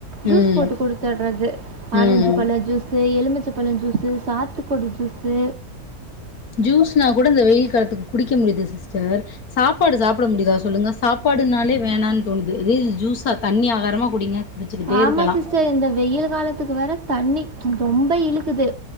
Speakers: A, on the right; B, on the left.
A: ஜூஸ்
B: ம்
A: போட்டு குடுத்துட்றது ஆரஞ்சு
B: ம்
A: பழ ஜூஸு எ ல்ம்மிச்சபழ ஜூஸு சாத்துக்கொடி ஜூஸு
B: ஜூஸ்னா கூட இந்த வெயில் காலத்துக் குடிக்க முடிது சிஸ்டர் சாப்பாடு சாப்புட முடியுதா சொல்லுங்க சாப் பாடுனாலே வேணான் தோணுது அதே ஜூஸா தண்ணி ஆகாரமா குடிங்க குடிச்சுக்கிட்டே
A: ஆமா
B: இருக்கலா
A: சிஸ்ட இந்த வெயில் காலத்துக்கு வேற தண்ணி ம் ரொம்ப இழுக்குது